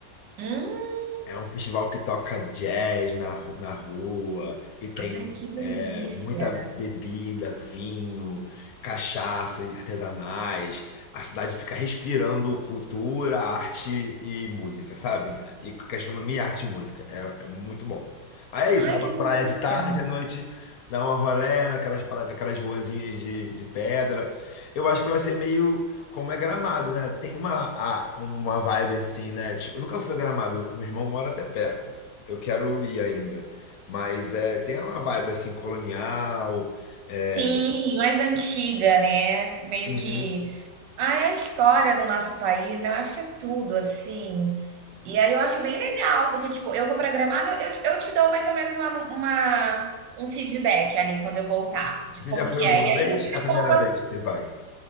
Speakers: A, on the right; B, on the left.
A: Hum,
B: É um festival que toca jazz na, ru- na rua e tem
A: ai, que delícia!
B: é, muita bebida, vinho, cachaças artesanais. A cidade fica respirando cultura, arte e música, sabe? E gastronomia, arte e música. É, é muito bom. Aí é isso,
A: Ai,
B: você vai pra
A: que delícia!
B: praia de tarde, à noite, dá uma rolê naquelas, pra- naquelas ruazinhas de, de pedra. Eu acho que vai ser meio como é Gramado, né? Tem uma, a- uma vibe assim, né? Tipo, eu nunca fui a Gramado, meu irmão mora até perto. então Eu quero ir ainda. Mas é, tem uma vibe assim, colonial. é,
A: Sim, mais antiga, né, meio
B: uhum.
A: que ah, é a história do nosso país, né, eu acho que é tudo, assim. E aí eu acho bem legal, porque, tipo, eu vou pra Gramado, eu eu te dou mais ou menos uma uma um feedback ali quando eu voltar, de
B: Você
A: como
B: já foi
A: que
B: alguma
A: é. E
B: vez?
A: aí você
B: É a
A: me
B: primeira
A: conta
B: vez que você vai.